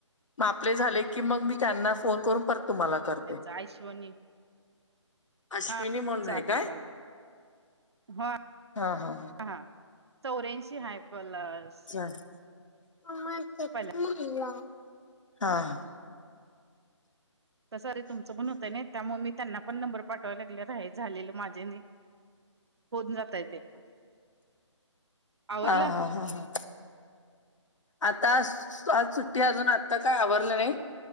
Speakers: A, on the left; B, on the right.
A: मग आपले झाले की, मग मी त्यांना फोन करून परत तुम्हाला करते.
B: काय शिवानी.
A: अश्विनी
B: हा
A: म्हणून
B: चालतय
A: आहे काय?
B: चालतय. ह
A: हा हा
B: हा. चौऱ्याऐंशी हायफुलर
A: चहा.
B: पहिल्या
A: <unintelligible>
B: तसं तुमचं पण होतंय नाही. त्यामूळ मी त्यांना पण नंबर पाठवायला लागले रा झालेलं माझे आणि. होवून जातय ते. आवरलं
A: हा हा हा हा आता आज सुट्टी अजून आता काय आवरलं नाही.